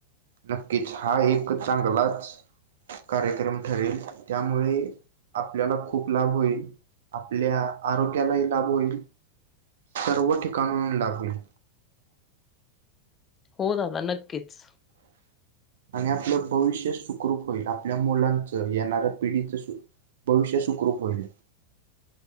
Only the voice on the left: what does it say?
हो दादा नक्कीच,